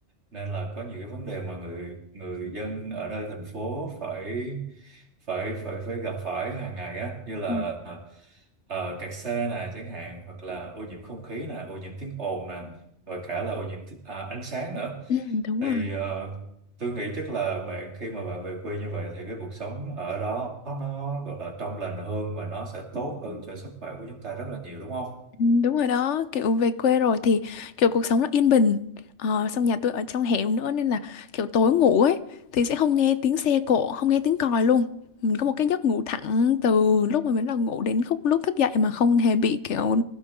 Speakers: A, on the right; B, on the left.
A: nên là có nhiều cái vấn đề mà người người dân ở nơi thành phố phải phải phải phải gặp phải hàng ngày á như là
B: ừ,
A: ờ, kẹt xe nè chẳng hạn hoặc là ô nhiễm không khí nè ô nhiễm tiếng ồn nè và cả là ô nhiễm thi- à, ánh sáng nữa
B: Ừ, đúng
A: thì
B: rồi
A: ờ, tôi nghĩ chắc là bạn khi mà bạn về quê như vậy thì cái cuộc sống ở đó nó gọi là trong lành hơn và nó sẽ tốt hơn cho sức khỏe của chúng ta rất là nhiều đúng không?
B: Ừ, Đúng rồi đó, kiểu về quê rồi thì kiểu cuộc sống nó yên bình Ờ, Xong nhà tôi ở trong hẻm nữa nên là kiểu tối ngủ ấy Thì sẽ không nghe tiếng xe cộ, không nghe tiếng còi luôn Mình có một cái giấc ngủ thẳng từ lúc mà mình bắt đầu ngủ đến khúc lúc thức dậy mà không hề bị kiểu